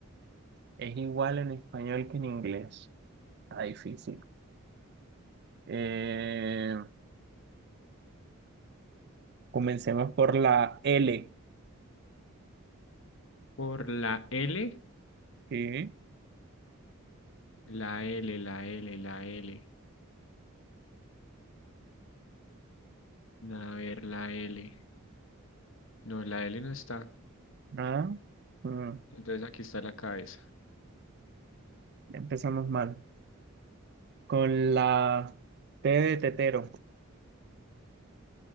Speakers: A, on the right (about 50°); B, on the left (about 65°).
A: es igual en español que en inglés. Está difícil. Eh, comencemos por la L.
B: Por la L.
A: Sí.
B: La L, la L, la L. A ver, la L. No, la L no está.
A: Ah, mm,
B: Entonces aquí está la cabeza.
A: empezamos mal. Con la T de tetero.